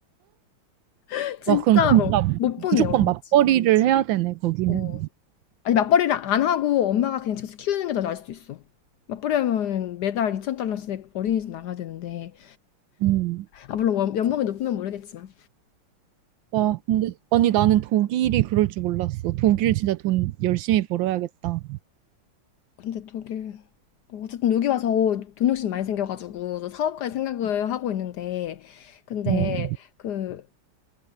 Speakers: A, on the left (about 75°); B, on the right (about 70°).
A: <laughs> 진짜로.
B: 와, 그럼 진짜
A: 못 보내,
B: 무조건
A: 어린이집에.
B: 맞벌이를 해야 되네, 거기는.
A: 어. 아니 맞벌이를 안 하고 엄마가 그냥 집에서 키우는 게 더 나을 수도 있어. 맞벌이 하면 매달 2천 달러씩 어린이집 나가야 되는데
B: 음.
A: 아 물론 원- 연봉이 높으면 모르겠지만
B: 와, 근데, 아니, 나는 독일이 그럴 줄 몰랐어. 독일 진짜 돈 열심히 벌어야겠다.
A: 근데 독일 어쨌든 여기 와서 돈 욕심 많이 생겨가지고 저 사업까지 생각을 하고 있는데 근데
B: 어,
A: 그